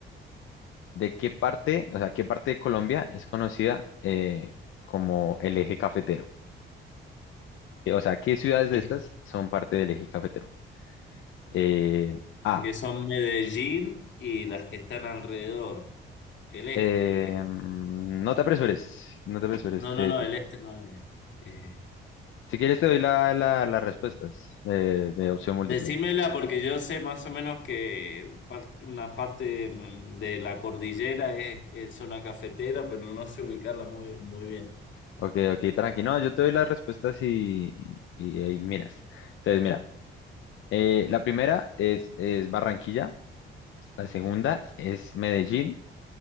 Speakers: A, on the left; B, on the left.
A: ¿de qué parte, o sea, qué parte de Colombia es conocida eh, como el eje cafetero? Que, O sea, ¿qué ciudades de
B: Este,
A: estas son parte del eje cafetero? Eh, A.
B: Que son Medellín y las que están alrededor. El este.
A: em, no te apresures. No te apresures.
B: No,
A: te-
B: no, no,
A: te-
B: el este no es. Eh,
A: Si quieres, te doy la- la- las respuestas eh, de opción múltiple.
B: decímela porque yo sé más o menos que parte- una parte mm, de la cordillera es, es zona cafetera, pero no sé ubicarla muy, muy bien.
A: Ok, ok, tranqui. No, yo te doy las respuestas y, y ahí miras. Entonces, mira, eh, la primera es, es Barranquilla, la segunda es Medellín,